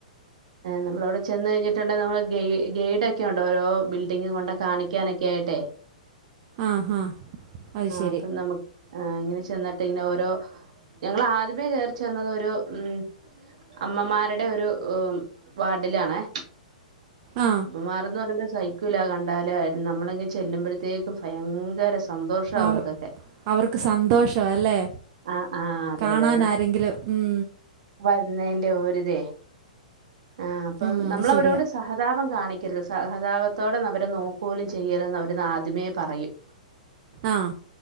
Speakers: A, on the right; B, on the right.
A: നമ്മളവിടെ ചെന്ന് കഴിഞ്ഞിട്ടുണ്ടെ നമ്മള് ഗൈ ഗൈഡ് ഒക്കെ ഉണ്ട് ഓരോ ബിൽഡിംഗ് കൊണ്ട കാണിക്കാനൊക്കെ ആയിട്ടെ
B: ആഹ് ഹാ അത് ശരി
A: അപ്പൊ നമക്ക് ആഹ് ഇങ്ങനെ ചെന്നിട്ട് ഇങ്ങനെ ഓരോ ഞങ്ങൾ ആദ്യമേ കേറിച്ചെന്നത് ഒരു ഉം അമ്മമാരുടെ ഒരു വാർഡിലാണേ
B: ആ
A: അമ്മമാർന്ന് പറയുമ്പോൾ സഹി - ക്കൂല കണ്ടാല് നമ്മളങ്ങെ ചെല്ലുമ്പോഴത്തേക്കും ഭയങ്കര സന്തോഷ
B: അവ-
A: അവർക്കൊക്കെ
B: അവർക്ക് സന്തോഷ അല്ലേ
A: ആഹ് ആഹ് അതെ
B: കാണാൻ
A: അതെ അതെ
B: ആരെങ്കിലും ഉം
A: വരുന്നതിന്റെ ഒരിതേ ആഹ് അപ്പം
B: ആ അത്
A: നമ്മളവരോട്
B: ശരിയാ
A: സ- ഹതാപം കാണിക്കരുത് സഹതാപത്തോടെ അവരെ നോക്ക്‌ക പോലും ചെയ്യരുതെന്ന് അവര് ആദ്യമേ പറയും
B: ആഹ്